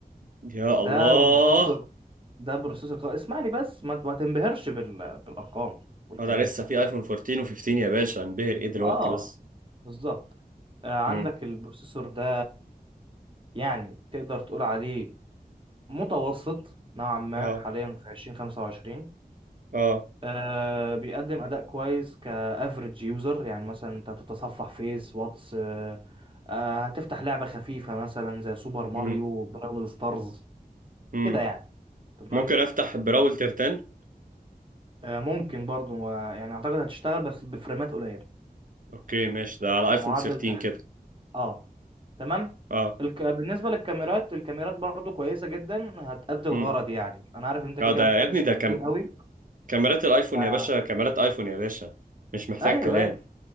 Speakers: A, on the right; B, on the right.
A: يا
B: ده
A: الله
B: بروسيسور ده بروسيسور قوي. اسمعني بس ما, ما تنبهرش بال... بالأرقام والكلام
A: هو ده لسه
B: كده
A: في
B: فاهم
A: ايفون 14 و15 يا باشا هنبهر ايه دلوقتي
B: آه
A: بس
B: بالظبط آه، عندك
A: امم
B: البروسيسور ده يعني تقدر تقول عليه متوسط نوعا ما
A: اه
B: حاليا في 2025
A: اه
B: آه بيقدم اداء كويس كافريج يوزر يعني مثلا انت هتتصفح فيس واتس آه آه هتفتح لعبة خفيفة مثلا زي سوبر ماريو
A: مم.
B: براول ستارز
A: مم.
B: كده يعني تمام
A: ممكن افتح براول ترتان
B: آه ممكن برضو آه، يعني اعتقد هتشتغل بس بفريمات قليلة
A: اوكي ماشي ده على ايفون
B: بمعدل
A: 13
B: تحد
A: كده
B: اه تمام
A: اه
B: الك... بالنسبة للكاميرات الكاميرات برضو كويسة جدا هتأدي الغرض
A: مم.
B: يعني أنا عارف أنت كده
A: اه
B: كده
A: ده
B: ما بتحبش
A: يا ابني ده
B: التصوير
A: كم...
B: قوي
A: كاميرات الايفون
B: ف-
A: يا باشا كاميرات ايفون يا باشا مش محتاج
B: ايوه
A: كلام
B: ايوه